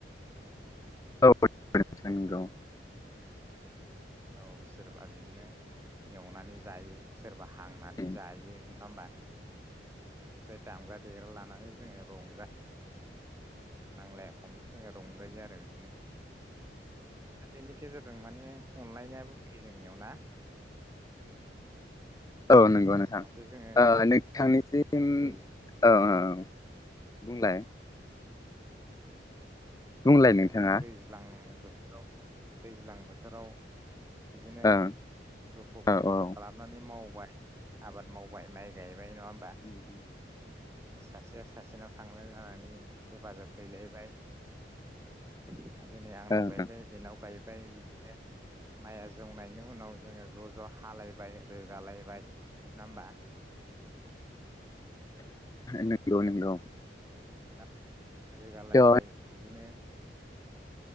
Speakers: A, on the left; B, on the right.
A: औ नोंथां नंगौ
B: औ सोरबा बिदिनो एवनानै जायो सोरबा हांनानै
A: उम
B: जायो नङा होमबा। बेनिफ्राय दामग्रा देग्रा लानानै जोंङो रंजायो। औ नांलाया खमया। जोंङो रंजायो आरो बिदिनो। दा बेनि। गेजेरजों माने अनलायनायाबो। फैयो जोंनियाव ना।
A: औ नंगौ नोंथां
B: जाहाथे जोङो
A: नोंथांनिसिम
B: दै
A: औ औ। बुंलाय। बुंलाय
B: जाहाथे
A: नोंथाङा
B: जोङो दैज्लां। बोथोराव दैज्लां बोथोराव। बिदिनो
A: ओं
B: दुखु
A: औ औ
B: खस्थ
A: ओ
B: खालामनानै मावो। मावबाय आबाद मावबाय माइ गायबाय गायबाय नङा होमबा।
A: ओं
B: सासेया सासेनाव थांलाय लानानै। हेफाजाब हैलायबाय। उम। दिनै आंनाव
A: ओं
B: गायबाय बेनाव गायबाय बिदि। बिदिनो माया। जौनायनि उनाव जोङो ज ज हालायबाय। रोगालायबाय नङा होमबा।
A: नंगौ नंगौ।
B: <unintelligible> रोगालायबाय
A: औ
B: बिदिनो।